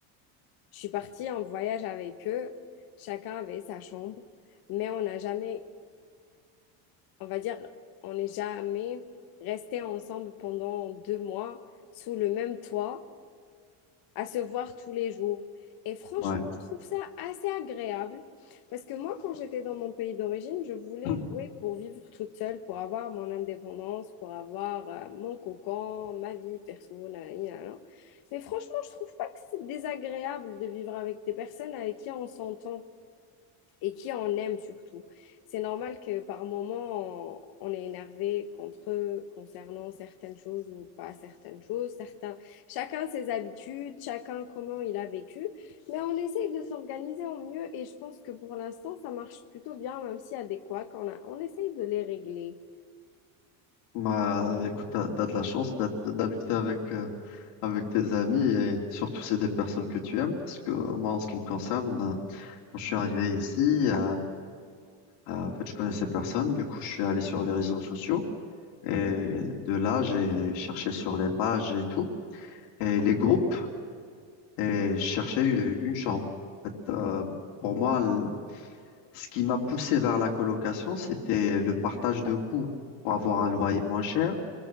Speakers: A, on the left (about 55°); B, on the left (about 80°).
A: Je suis partie en voyage avec eux. Chacun avait sa chambre, mais on n'a jamais, on va dire, on n'est jamais resté ensemble pendant deux mois sous le même toit à se voir tous les jours. Et franchement,
B: ouais.
A: je trouve ça assez agréable parce que moi, quand j'étais dans mon pays d'origine, je voulais
B: <clears throat>
A: louer pour vivre toute seule, pour avoir mon indépendance, pour avoir euh, mon cocon, ma vie perso. na, na, na. Mais franchement, je trouve pas que c'est désagréable de vivre avec des personnes avec qui on s'entend et qui en aiment surtout. C'est normal que par moment, on, on est énervé contre eux concernant certaines choses ou pas certaines choses. Certains, chacun ses habitudes, chacun comment il a vécu, mais on essaye de s'organiser au mieux et je pense que pour l'instant, ça marche plutôt bien, même s'il y a des couacs, on, a, on essaye de les régler.
B: Bah, écoute, t'as, t'as de la chance d'être- d'habiter avec, euh, avec tes amis et surtout c'est des personnes que tu aimes parce que moi, en ce qui me concerne, Quand je suis arrivé ici, euh, euh, en fait, je connaissais personne. Du coup, je suis allé sur les réseaux sociaux. Et de là, j'ai cherché sur les pages et tout, et les groupes, et je cherchais une, une chambre. En fait, euh, pour moi, le- ce qui m'a poussé vers la colocation, c'était le partage de coûts pour avoir un loyer moins cher